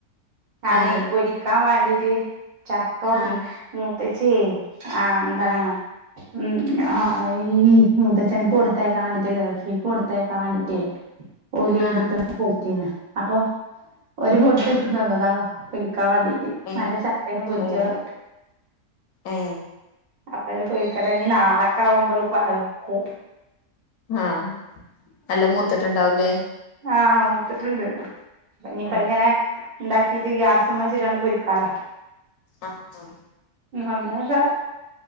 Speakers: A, on the right; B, on the left.
A: ഞാനേ
B: ആ
A: പൊരിക്കാൻ വേണ്ടീട്ട് ചക്ക കൊട
B: ആ
A: മൂത്തച്ചി ആഹ് എന്താണ്
B: ആ
A: ഉം ആഹ് ഈ മൂത്തച്ഛൻ ക്ക് കൊടുത്തേക്കാൻ വേണ്ടിട്ട് ഗൾഫിക്ക് കൊടുത്തേക്കാൻ വേണ്ടിട്ടേ ഓല്
B: ആ
A: എടുത്തന്ന് കൊട്ത്തീന് അപ്പൊ ഒരു പൊട്ട് ഇൻകും തന്നിന് എന്താ പൊരിക്കാൻ വേണ്ടിട്ട്
B: ഏ
A: നല്ല ചക്കന്ന് പൊരിച്ച
B: ഏ
A: വേ
B: ഏ
A: അപ്പൊത് പോയിക്കടങ്ങി നാളൊക്കെ ആകുമ്പോ പഴുക്കും
B: ആഹ് നല്ല മൂത്തിട്ടുണ്ടാവൂല്ലേ
A: ആഹ് മൂത്തിട്ടുണ്ട് ഇനിപ്പങ്ങനെ
B: ആ
A: ഉണ്ടാക്കീട്ട് ഗ്യാസ് മല് വച്ചിട്ടാണ്ട് പൊരിക്കാലോ
B: ആഹ് ആഹ്
A: അങ്ങനക്കെ